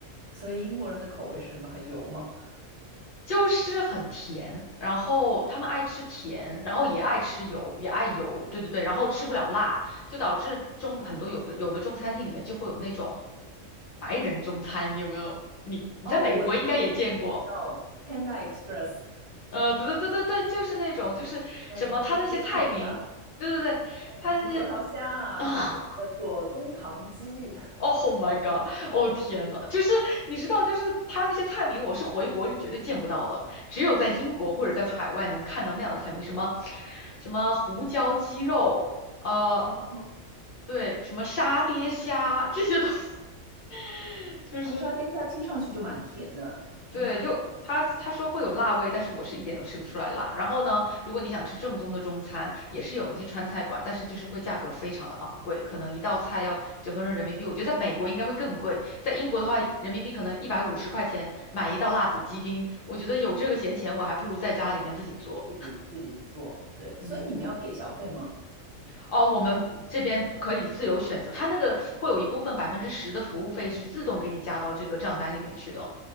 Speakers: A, on the right; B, on the left.
A: 所以英国人的口味是什么？很油吗？
B: 就是很甜，然后他们爱吃甜，
A: 啊
B: 然后也爱吃油，也爱油，对对对，然后吃不了辣，就导致中很多有的有的中餐厅里面就会有那种白人中餐，你有没有？你你在美国应该也见过，
A: 哦，我能哦 Panda Express，
B: 呃，对对对对对，就是那种就是什么他那些菜名，
A: 嗯，对，甜甜的，
B: 对对对，他那些。
A: 什么核桃虾啊什么的，
B: <laughs>
A: 叫做中糖鸡，
B: <laughs> 哦，Oh my god！哦天呐，就是你知道，就是他那些菜名，我是回国是绝对见不到的，只有在英国或者在海外能看到那样的菜名，什么什么胡椒鸡肉，呃，
A: 哦，
B: 对，什么沙爹虾这些东西，<laughs> 就是
A: 哦沙爹虾听上去就蛮甜的，
B: 对，
A: 嗯，
B: 又他他说会有辣味，但是我是一点都吃不出来辣。然后呢，如果你想吃正宗的中餐，也是有那些川菜馆，但是就是会价格非常的昂贵，可能一道菜要折合成人民币，我觉得在美国应该会更贵，在英国的话，人民币可能一百五十块钱买一道辣子鸡丁，我觉得有这个闲钱，我还不如在家里面自己做。
A: 自己自己做，对，
B: 嗯。
A: 所以你们要给小费吗？
B: 哦，我们这边可以自由选择，它那个会有一部分百分之十的服务费是自动给你加到这个账单里面去的，